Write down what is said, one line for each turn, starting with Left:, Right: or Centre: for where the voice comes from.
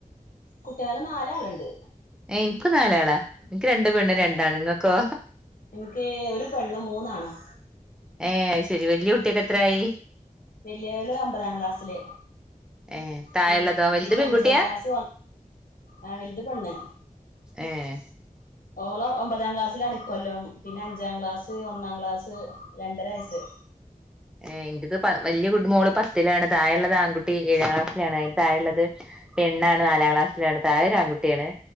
Left: കുട്ട്യേള് നാലാള്ണ്ട്
Centre: ഏഹ് ഇൻക്കും നാലാളാ ഇന്ക്ക് രണ്ട് പെണ്ണ്
Left: ഏ
Centre: രണ്ടാണ് ഇങ്ങക്കോ?
Left: എനിക്ക് ഒരു പെണ്ണും മൂന്നാണും
Centre: ഏഹ് അത് ശരി വല്യ കുട്ട്യേക്ക് എത്രായി
Left: വെല്ല്യോള് ഒമ്പതാം ക്ലാസ്സില്
Centre: ഏഹ് താഴെള്ളതോ
Left: പിൻ
Centre: വലുത്
Left: പിന്നെ
Centre: പെൺകുട്ടിയാ
Left: അഞ്ചാം ക്ലാസ്സ് വ ആഹ് വെല്ത് പെണ്ണ്
Centre: ഏഹ്
Left: ഓള് ഒമ്പതാം ക്ലാസ്സിലാണ് ഇക്കൊല്ലം പിന്നെ അഞ്ചാം ക്ലാസ് ഒന്നാം ക്ലാസ് രണ്ടര വയസ്സ്
Centre: ഏഹ് ഇന്റെത് പ വല്യ മോള് പത്തിലാണ് താഴെള്ളത് ആൺകുട്ടി ഏഴാം ക്ലാസ്സിലാണ് അതിന്റെ താഴെള്ളത് പെണ്ണാണ് നാലാം ക്ലാസ്സിലാണ് താഴെ ഒരു ആൺ കുട്ട്യാണ്